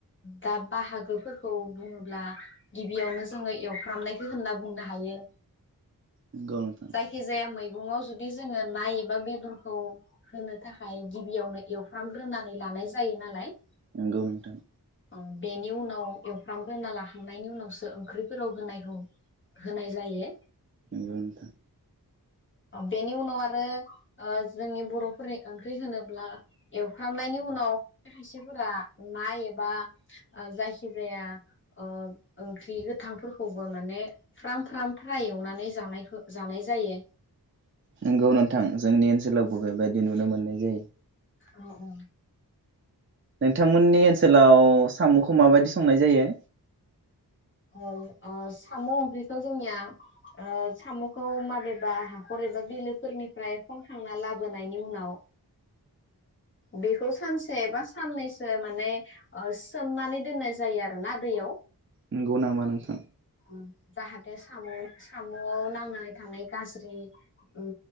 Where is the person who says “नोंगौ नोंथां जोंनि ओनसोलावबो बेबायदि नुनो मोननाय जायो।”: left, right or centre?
Right